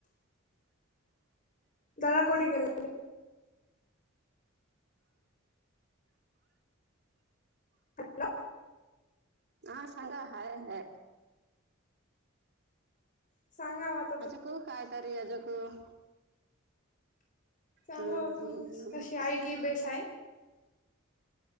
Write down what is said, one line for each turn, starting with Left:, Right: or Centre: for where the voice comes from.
Left: दादा कोठे गेला? हॅलो.
Right: हा सांगा. हाय, हाय.
Left: सांगावात.
Right: अज क काय तरी अजक. हम्म,
Left: सांगा
Right: हम्म,
Left: तुम्ही
Right: हम्.
Left: कशी आई की बेस हाय.